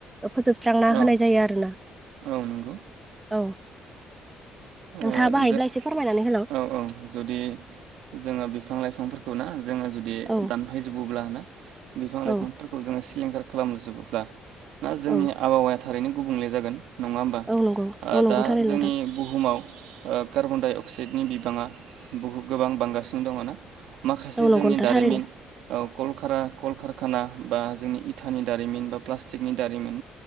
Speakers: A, on the right; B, on the right.
A: फोजोबस्रांना
B: औ
A: होनाय जायो आरोना
B: औ नंगौ
A: औ
B: ओ
A: नोंथांङाबो हायोब्ला
B: जों
A: एसे फोरमायनानै होलां
B: औ औ जुदि जोङो बिफां लाइफांफोरखौ ना जोङो जुदि
A: औ
B: दानफायजोबोब्ला ना बिफां लाइफांफोरखौ
A: औ
B: जोङो सिलिंखार खालामजोबोब्ला ना जोंनि
A: औ
B: आबहावाया थारैनो गुबुंले जागोन नङा होमबा
A: औ नंगौ औ नंगौ
B: दा
A: थारैनो
B: जोंनि
A: नोंथां
B: बुहुमाव कार्बन डाइ अक्साइडनि बिबांङा बहु गोबां बांगासिनो दंङ ना माखासे
A: औ नंगौ
B: जोंनि
A: नोंथां
B: दारिमिन
A: थारैनो
B: औ कलखारा‌ कलकारखाना बा जोंनि इथानि दारिमिन बा प्लास्टिकनि दारिमिन